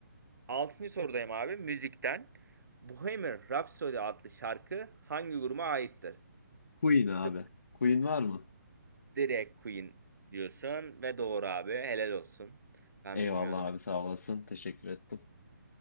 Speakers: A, on the right; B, on the left.
A: Altıncı sorudayım abi. Müzikten. Bohemian Rhapsody adlı şarkı hangi gruba aittir?
B: Queen abi.
A: The
B: Queen var mı?
A: Drag Queen diyorsun ve doğru abi. Helal olsun. Ben
B: Eyvallah
A: bilmiyordum.
B: abi sağ olasın. Teşekkür ettim.